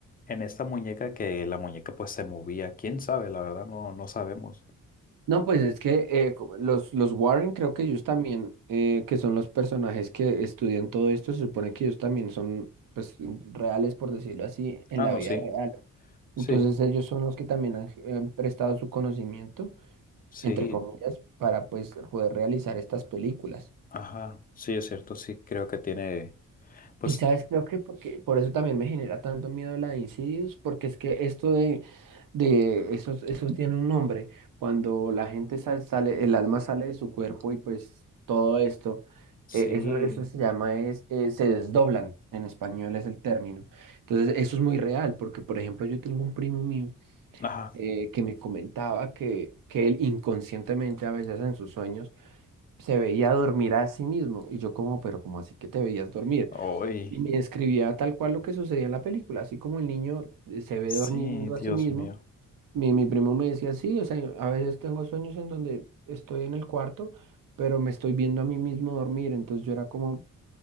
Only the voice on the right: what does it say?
No, pues es que eh, co- los, los Warren creo que ellos también, eh, que son los personajes que estudian todo esto, se supone que ellos también son pues reales, por decirlo así, en
la
vida
real.
Entonces ellos son los que también han, han prestado su conocimiento,
entre comillas, para pues poder realizar estas películas.
Y sabes, creo que porque, por eso también me genera tanto miedo la de incidios, porque es que esto de, de esos, esos tiene un nombre. Cuando la gente sal- sale, el alma sale de su cuerpo y pues todo esto,
eh, eso, eso se llama, es, eh, se desdoblan, en español es el término. Entonces, eso es muy real, porque por ejemplo, yo tengo un primo mío
eh, que me comentaba que, que él inconscientemente a veces en sus sueños se veía dormir a sí mismo. Y yo como, pero ¿cómo así que te veías dormir?
Y me describía tal cual lo que sucedía en la película, así como el niño eh, se ve
durmiendo
a sí mismo.
Mi, mi primo me decía, sí, o sea, a veces tengo sueños en donde estoy en el cuarto, pero me estoy viendo a mí mismo dormir. Entonces yo era como,